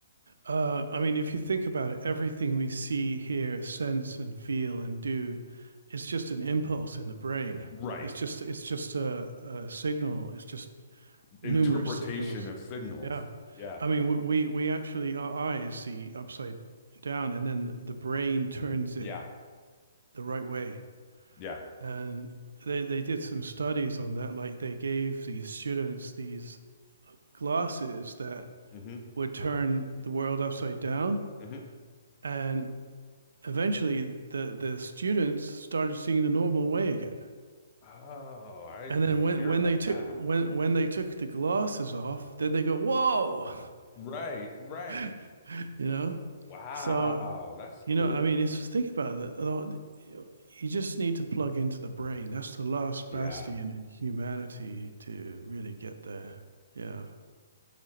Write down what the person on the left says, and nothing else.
Right.
Interpretation
of signals.
Yeah.
Yeah.
Yeah.
hmm
hmm
Oh, I
didn't
hear
about
that.
Right. Right.
Wow.
That's cool.
Yeah.